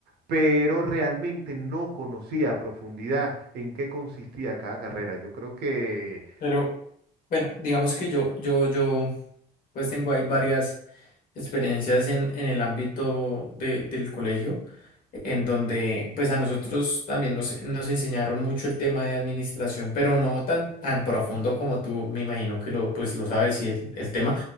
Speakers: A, on the right; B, on the left.
A: pero realmente no conocía a profundidad en qué consistía cada carrera. Yo creo que,
B: Pero bueno, digamos que yo, yo, yo, pues tengo ahí varias experiencias en, en el ámbito de- del colegio. en donde pues a nosotros también nos, nos enseñaron mucho el tema de administración, pero no tan, tan profundo como tú, me imagino que lo, pues, lo sabes y el, el tema,